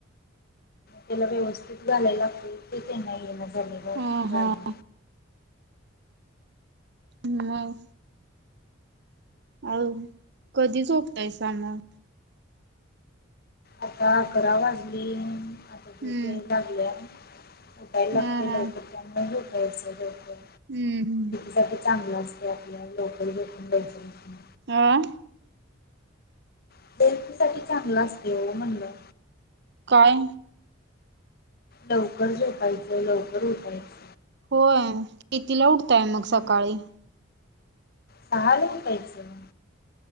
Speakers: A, on the left; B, on the right.
A: त्याला व्यवस्थित घालायला लागतंय ते त्यांना येण जमेना
B: ह
A: घालणं.
B: हा हम्म मंग आओ कधी झोपताय सा मंग?
A: आता अकरा वाजले आता झोप
B: हम्म
A: यायला लागल्या. उठायला लागतंय
B: हा हा
A: लवकर च्या न झोपायचं लवकर.
B: हम्म हम्म
A: साठी चांगलं असते आपल्या लवकर झोपून लवकर उठन.
B: आ
A: <unintelligible> चांगलं असते ओ म्हणलं.
B: काय?
A: लवकर झोपायचं लवकर उठायचं.
B: होय, कितीला उठताय मग
A: हम्म
B: सकाळी मग सकाळी?
A: सहाला उठायचं.